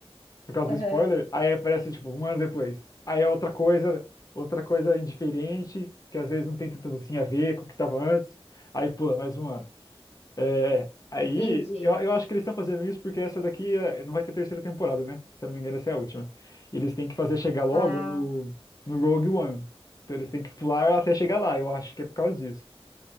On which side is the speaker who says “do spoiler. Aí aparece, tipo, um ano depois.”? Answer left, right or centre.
Left